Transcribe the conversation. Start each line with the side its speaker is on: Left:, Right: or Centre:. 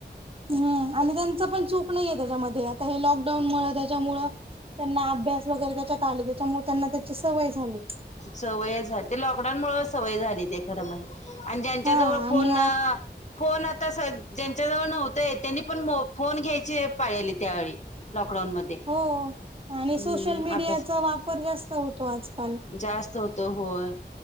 Right: हम्म... आणि त्यांचं पण चूक नाहीये त्याच्यामध्ये... आता हे लॉकडाऊन मुळं... त्याच्यामुळं त्यांना अभ्यास वगैरे त्याच्यात आले... त्याच्यामुळे त्यांना त्याची सवय झाली.
Left: सवय झाली.. ते लॉकडाऊनमुळे सवय झाली... ते खरं म्हण आणि ज्यांच्या
Right: हा
Left: जवळ फोन
Right: आणि
Left: फोन आता स... ज्यांच्याजवळ नव्हते... त्यांनी पण फोन घ्यायची पाहेले त्यावेळी लॉकडाऊन मध्ये.
Right: हो... आणि
Left: हम्म
Right: सोशल मीडियाचा
Left: अभ्यास
Right: वापर जास्त होतो... आजकाल
Left: जास्त होतो... होय...